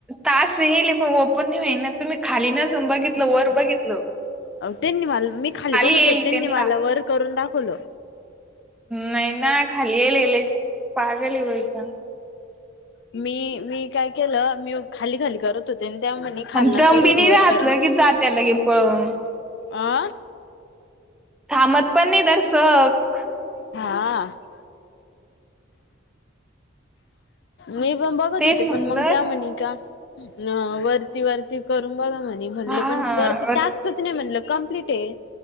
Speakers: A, in the centre; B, on the left.
A: टास्क येईल. पण ओपन नाई होईना, तुम्ही खाली नसन बघीतलं वर बघितलं
B: अ त्यांनी मला, मी खाली बघत
A: येईल
B: होत. त्यांनी
A: त्यांनला
B: मला वर करून दाखवलं.
A: नाई ना खाली येईलेले. पागल ये बाई त्या
B: मी, मी, काय केलं, मी खाली खाली करत होत तेनं त्या म्हणे खालना
A: आणि दम
B: करून
A: बी नाही
B: ये, वर
A: राहत
B: करा
A: लगेच
B: मग,
A: जात्या लगे पळून
B: अ
A: थांबत पण नाही जरसक.
B: हा मी पण बघत
A: तेच
B: होते.
A: म्हणलं
B: पण मंग त्या म्हणे का न वर ती वरती करून बघा म्हणे, म्हणलं
A: हा
B: पण वरती टास्कच नाय, म्हणलं कंप्लीट ये.